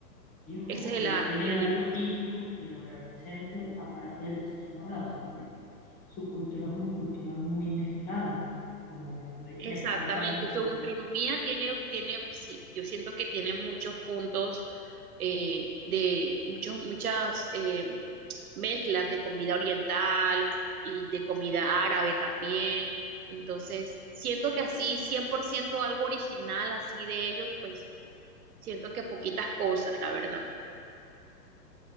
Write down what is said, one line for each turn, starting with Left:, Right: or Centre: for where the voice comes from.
Left: Ellos como
Right: Ese
Left: que
Right: es
Left: no
Right: la
Left: tienen
Right: el alimento.
Left: algo típico que los represente aparte de la chicha morada, o sea, porque su cultura es una cultura muy mezclada, como me estoy,
Right: Exactamente.
Left: me estás dando a explicar.
Right: Su gastronomía tiene, tiene, sí, yo siento que tiene muchos puntos eh, de muchos, muchas eh, mezclas de comida oriental y de comida árabe también. Entonces, siento que así 100% algo original así de ellos, pues siento que poquitas cosas, la verdad.